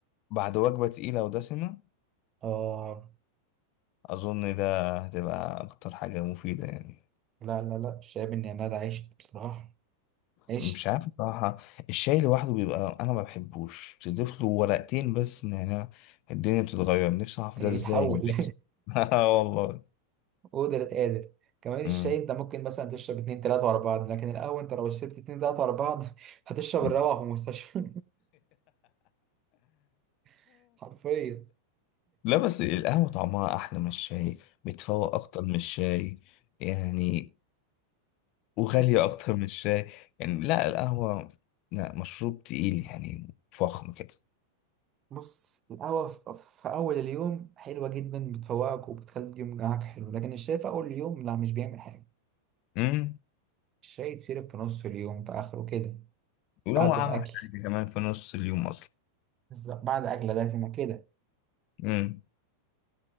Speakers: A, on the left; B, on the right.
A: بعد وجبة تقيلة ودسمة
B: اه
A: اظن ده هتبقى اكتر حاجة مفيدة يعني
B: لا لا لا الشاي بالنعناع ده عشت بصراحة عشت
A: مش عارف بصراحة الشاي لوحده بيبقى أنا ما بحبوش تضيف له ورقتين بس نعناع الدنيا بتتغير نفسي أعرف
B: تلاقيه
A: ده إزاي
B: اتحول
A: يعني.
B: <laughs>
A: <laughs> آه والله
B: قدرة قادر كمان
A: مم.
B: الشاي انت ممكن مثلا تشرب اتنين تلاتة ورا بعض لكن القهوة انت لو شربت اتنين تلاتة ورا بعض <laughs> هتشرب
A: <laughs>
B: الروعة في المستشفى <laughs> حرفيا
A: لا بس القهوة طعمها أحلى من الشاي بتفوق أكتر من الشاي يعني وغالية
B: بص
A: أكتر من الشاي يعني لا القهوة لا مشروب تقيل يعني فخم كده
B: بص القهوة في في أول اليوم حلوة جدا بتفوقك وبتخلي اليوم معاك حلو لكن الشاي في أول اليوم لا مش بيعمل حاجة
A: مم.
B: الشاي يتشرب في نص اليوم في آخره كده
A: ولو
B: بعد
A: عمل
B: الأكل
A: حاجة كمان في نص اليوم
B: بس بعد أكلة دسمة كده
A: أصلا